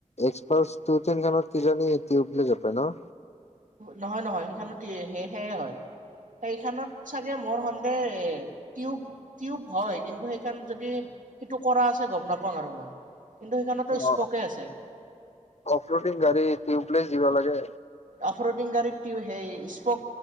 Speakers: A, on the left; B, on the right.
A: এক্স পাৰছ টন খানত কি জানি উবি যাব ন?
B: নহয় নহয় সেইখনত সেয়ে হয় সেইখনত চাগে মোৰ সন্দেহ টিউব টিউব হয় কিন্তু সেইখন যদি সেইটো কৰা আছে। গম নাপাওঁ আৰু মই। কিন্তু সেইখনতো স্পকে
A: অ'
B: আছে
A: অফলডিং গাড়ী টিউবলেচ দিব লাগে।
B: অফৰডিং গাড়ীত সেই স্পক